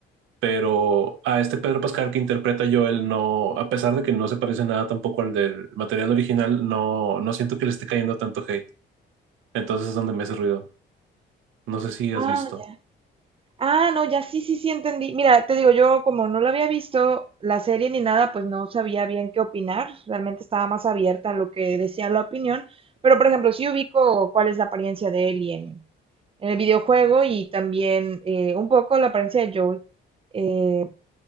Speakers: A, on the right; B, on the right.
A: pero a este Pedro Pascal que interpreta a Joel no, a pesar de que no se parece nada tampoco al del material original, no, no siento que le esté cayendo tanto hate. Entonces es donde me hace ruido. No sé si has
B: Ah,
A: visto.
B: ya. Ah, no, ya sí, sí, sí entendí. Mira, te digo, yo como no lo había visto la serie ni nada, pues no sabía bien qué opinar. Realmente estaba más abierta a lo que decía la opinión. Pero, por ejemplo, sí ubico cuál es la apariencia de Ellie en, en el videojuego y también eh, un poco la apariencia de Joel. Eh,